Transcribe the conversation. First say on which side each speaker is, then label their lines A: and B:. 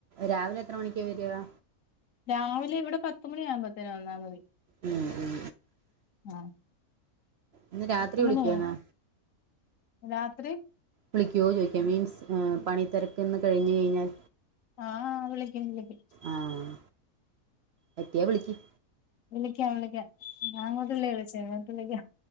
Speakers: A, on the right; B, on the left.
A: രാവിലെ എത്ര മണിക്കാ വെരാ?
B: രാവിലെയിവിടെ പത്തുമണിയാവുമ്പോത്തിന് വന്നാ മതി
A: ഉം, ഉം.
B: ആഹാ
A: ഇന്ന് രാത്രി
B: പത്തുമണിയെ
A: വിളിക്കുമോ എന്നാ
B: രാത്രി
A: വിളിക്കോ ചോയിക്കാ മീൻസ് പണി തെരക്കൊന്ന് കഴിഞ്ഞ് കഴിഞ്ഞാൽ.
B: ആഹാ വിളിക്കും വിളിക്കും.
A: ആഹാ പറ്റിയാ വിളിക്കും.
B: വിളിക്കാം, വിളിക്കാം ഞാ അങ്ങോട്ടല്ലെ വിളിച്ചെ ഇങ്ങോട്ട് വിളിക്കാം.